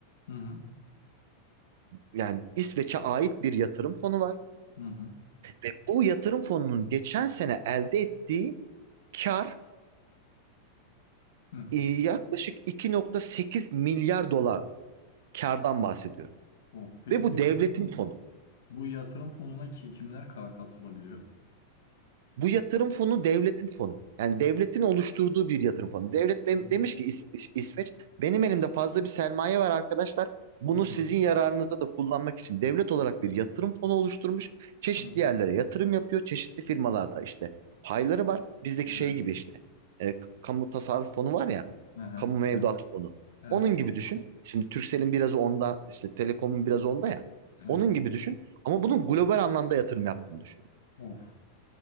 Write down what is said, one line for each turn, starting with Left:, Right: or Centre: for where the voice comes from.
Left: Hı hı.
Right: Yani İsveç'e ait bir yatırım fonu var
Left: Hı hı.
Right: ve bu yatırım fonunun geçen sene elde ettiği kar
Left: Hı.
Right: e, yaklaşık 2.8 milyar dolar. kardan bahsediyorum.
Left: Of. Peki
Right: Ve bu
Left: bu yatırım
Right: devletin fonu.
Left: bu yatırım fonuna ki- kimler ka- katılabiliyor?
Right: Bu yatırım fonu devletin fonu. Yani devletin oluşturduğu bir yatırım fonu. Devlet de-
Left: Hı hı.
Right: demiş ki İs- İsveç benim elimde fazla bir sermaye var arkadaşlar. Bunu
Left: Hı hı.
Right: sizin yararınıza da kullanmak için devlet olarak bir yatırım fonu oluşturmuş. Çeşitli
Left: Hı hı.
Right: yerlere yatırım yapıyor. Çeşitli firmalarda işte payları var. Bizdeki
Left: Evet.
Right: şey gibi işte e, k- kamu tasarruf fonu var ya.
Left: Hı hı.
Right: Kamu
Left: Hı
Right: mevduat
Left: hı.
Right: fonu.
Left: Evet,
Right: Onun gibi düşün. Şimdi Turkcell'in biraz onda işte Telekom'un biraz onda ya.
Left: evet.
Right: Onun gibi düşün. Ama bunun global anlamda yatırım yaptığını düşün. yani."
Left: Of.